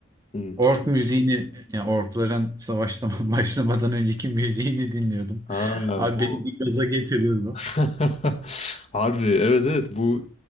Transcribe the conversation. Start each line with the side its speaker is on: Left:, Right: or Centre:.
Left: Hı.
Right: ork müziğini yani orkların savaştan <laughs> başlamadan önceki müziğini dinliyordum.
Left: Ha
Right: Abi
Left: bu
Right: beni bir gaza getiriyordu.
Left: <laughs> Harbi evet evet bu